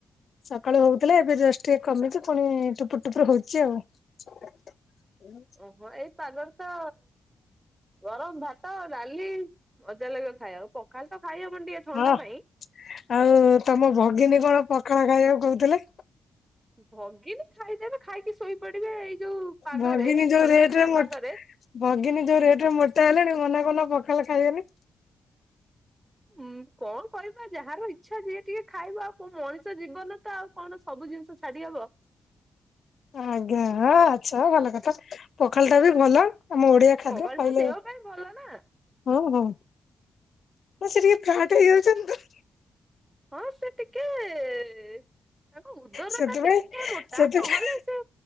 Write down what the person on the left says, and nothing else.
ସକାଳୁ ହଉଥିଲା ଏବେ ଜଷ୍ଟ ଟିକେ କମିଚି ପୁଣି ଟୁପୁର ଟୁପରୁ ହଉଚି ଆଉ। ହୁଁ
ହଁ
ଆଉ ତମ ଭଗିନୀ କଣ ପଖାଳ ଖାଇବାକୁ କହୁଥିଲେ।
ଭଗିନୀ ଯୋଉ
ରେଟରେ
ମୋଟ
ଭଗିନୀ ଯୋଉ ରେଟ ରେ ମୋଟା ହେଲାଣି ମନା କରୁନ ପଖାଳ ଖାଇବେନି।
ଆଜ୍ଞା ଆଚ୍ଛା ଭଲ କଥା ପଖାଳ ଟା ବି ଭଲ ଆମ ଓଡିଆ ଖାଦ୍ୟ
ଖାଇଲେ
ହଁ ହଁ ଆ ସେ ଟିକେ ଫ୍ୟାଟ ହେଇଯାଉଚନ୍ତି ତ।
ସେଥିପାଇଁ
ସେଥିପାଇଁ